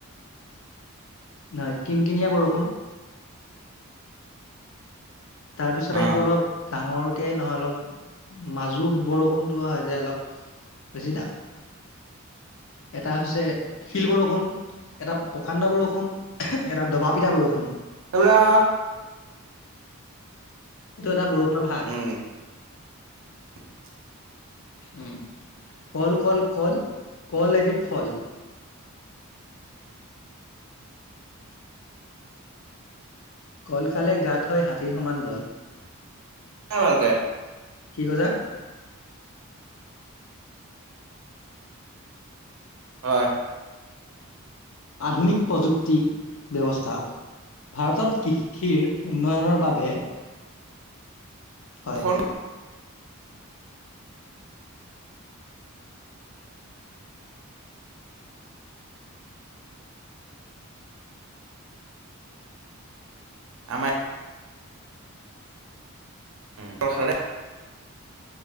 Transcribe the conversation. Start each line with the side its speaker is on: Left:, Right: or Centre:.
Left: নাই কিন -কিনিয়া বৰষুণ। তাৰপিছত
Right: অ
Left: আহিব অলপ ডাঙৰকে নহয় অলপ মাজু বৰ <unintelligible> অলপ হৈ হৈছি দা এটা হৈছে শিল বৰষুণ এটা প্ৰকাণ্ড বৰষুণ, এটা দবা পিঠা বৰষুণ
Right: এইবিলাক
Left: এইটো এটা বৰষুণৰ ভাগ।
Right: উম <inaudible>
Left: উম,, কল কল কল কল এবিধ ফল। কল খালে গাত হয় হাতীৰ সমান বল।
Right: ভালকে <unintelligible>
Left: কি কৈদা?
Right: হয়।
Left: আধুনিক প্ৰযুক্তি ব্যৱস্থা। ভাৰতত কৃষিৰ উন্নয়নৰ বাবে হয়।
Right: বৰষুণ আমাৰ কল খালে?